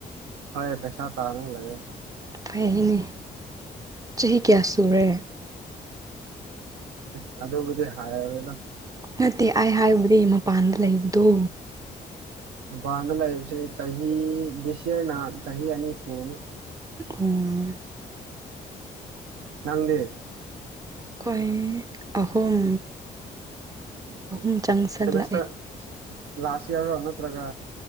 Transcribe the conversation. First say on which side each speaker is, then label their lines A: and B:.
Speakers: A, on the right; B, on the right.
A: ꯍꯣꯏ ꯄꯩꯁꯥ ꯇꯥꯜꯂꯒ ꯂꯩꯌ‌ꯦ
B: ꯐꯩꯅꯦ ꯆꯍꯤ ꯀ꯭ꯌꯥ ꯁꯨꯔꯦ
A: ꯑꯁ ꯑꯗꯨꯕꯨꯗꯤ ꯍꯥꯏꯔꯔꫭꯢꯗ
B: ꯅꯠꯇꯦ ꯑꯩ ꯍꯥꯏꯕꯗꯤ ꯃꯄꯥꯟꯗ ꯂꯩꯕꯗꯨ
A: ꯃꯥꯄꯥꯟꯗ ꯂꯩꯕꯁꯝ ꯆꯍꯤ ꯗꯤꯁ ꯌꯔꯅ ꯆꯍꯤ ꯑꯅꯤ ꯁꯨꯕꯅ‌ꯤ
B: ꯑꯣ
A: ꯅꯪꯗꯤ
B: ꯑꯈꯣꯏ ꯑꯍꯨꯝ
A: ꯑꯠꯆꯥ
B: ꯑꯍꯨꯝ ꯆꯪꯁꯜꯂꯛꯑꯦ
A: ꯁꯦꯃꯤꯁꯇꯔ <unintelligible> ꯂꯥꯁ ꯏꯌꯔꯔꯣ ꯅꯠꯇ꯭ꯔꯒ